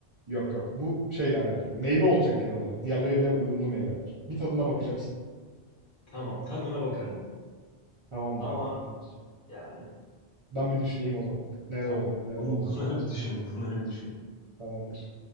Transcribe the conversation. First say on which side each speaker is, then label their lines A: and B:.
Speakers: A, on the right; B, on the left.
A: Yok yok. Bu şeyle alakalı. Meyve olacak genel olarak. Diğerleriyle uyumlu meyveler. Bir tadına bakacaksın.
B: Tamam tadına bakarım.
A: Tamamdır
B: Ama
A: abi. Tamamdır.
B: yani
A: Ben bir düşüneyim o zaman. Neler
B: tamam.
A: olabilir, neler
B: Bunu,
A: olamaz
B: <laughs> bunları
A: diye.
B: bir düşün. Bunları bir düşün.
A: Tamamdır.